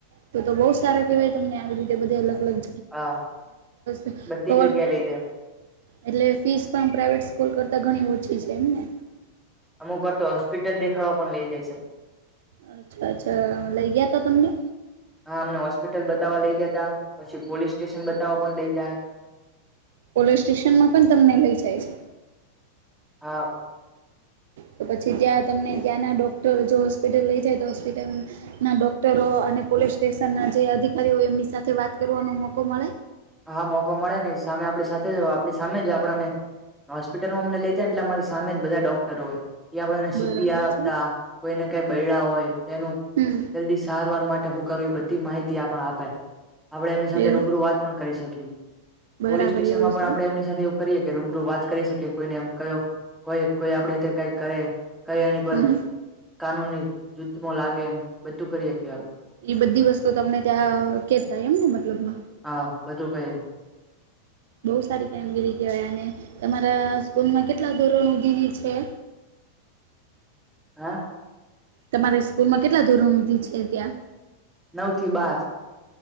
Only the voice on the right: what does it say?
તો તો બહુ સારા કેવાય, તમને આવી રીતે બધે અલગ-અલગ
<unintelligible>
એટલે ફીસ પણ પ્રાઇવેટ સ્કૂલ કરતા ઘણી ઓછી છે, એમને.
અચ્છા, અચ્છા લઈ ગયા ત તમને.
પોલીસ સ્ટેશનમાં પણ તમને લઈ જાય છે.
તો પછી ત્યાં તમને ત્યાંના ડોક્ટર જો હોસ્પિટલ લઈ જાય, તો હોસ્પિટલ ના, ડોક્ટરો અને પોલીસ સ્ટેશન ના જે અધિકારીઓ, એમની સાથે વાત કરવાનો મોકો મળે.
બરાબર
છે
હમ
એવું
બરાબર
એવું
છે
હમ
એ બધી વસ્તુ તમને ત્યાં કેતા, એમ ને મતલબમાં
બઉ સારી કામગીરી કહેવાયને, તમારા સ્કૂલમાં કેટલા ધોરણ ઉગીની છે.
તમારી સ્કૂલ માં કેટલા ધોરણધી છે ત્યાં?